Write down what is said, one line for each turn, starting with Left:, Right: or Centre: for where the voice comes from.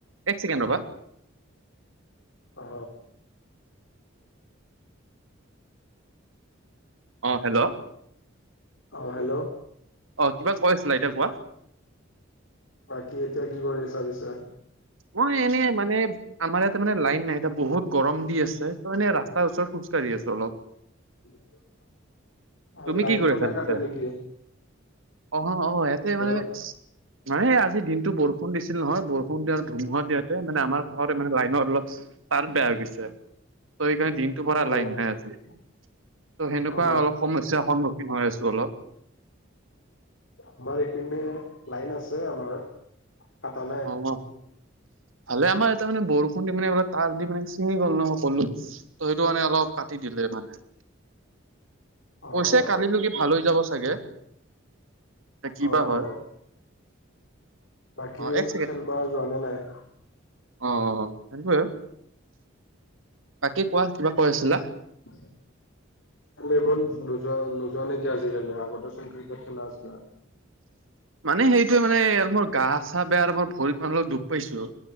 Right: এক ছেকেণ্ড ৰবা।
Left: অ
Right: অ হেল্ল
Left: অ হেল্ল
Right: অ কিবা কৈ আছিলা এতিয়া কোৱা
Left: বাকী এতিয়া কি কৰি আছা পিছে?
Right: মই এনে মানে আমাৰ ইয়াতে মানে লাইন নাই এয়া বহুত গৰম দি আছে ত এনে ৰাস্ত ওচৰত খোজকাঢ়ি আছো অলপ।
Left: <unintelligible> অ
Right: তুমি
Left: লাইন
Right: কি কৰি
Left: সদায়
Right: আছাঁ পিছে?
Left: কাটে নেকি
Right: অ অহ ইয়াতে
Left: হয়
Right: মানে
Left: অ
Right: মানে আজি দিনটো বৰষুণ দিছিল নহয় বৰষুণ দিয়াৰ ধুমুহা দিয়াতে মানে আমাৰ চহৰ মানে লাইনৰ অলপ তাৰ বেয়া হৈ গৈছে। ত এইকাৰণে দিনটোৰ পৰা
Left: অ
Right: লাইন নাই আজি। ত সেনেকুৱা
Left: অ
Right: অলপ সমস্যাৰ সন্মুখীন হৈ আছো অলপ।
Left: আমাৰ ইপিনে লাইন আছে আমাৰ, কাটা নাই।
Right: উম, ভালে আমাৰ এটে মানে বৰষুণ দি মানে তাঁৰ দি মানে ছিঙি গ'ল ন' সকলো। তো সেইটো মানে অলপ কাটি দিলে মানে।
Left: অ
Right: কৈছে
Left: অ
Right: কালিলৈকে ভাল হৈ যাব চাগে। এ' কি
Left: অ
Right: বা হয়।
Left: অ বাকী
Right: অ এক
Left: খেলবা যোৱা নে নাই?
Right: অহ, সেইটোৱে। বাকী কোৱা, কিবা কৈ আছিলা।
Left: <unintelligible> খেলিবন নোযোৱা হ'ল, নোযোৱা নেকি আজিকালি? আগতেচোন ক্ৰিকেট খেলা আছিলা।
Right: মানে সেইটোৱে মানে, আৰু মোৰ গা-চা বেয়া আৰু মোৰ ভৰিত অলপ মানে দুপ পাইছোঁ।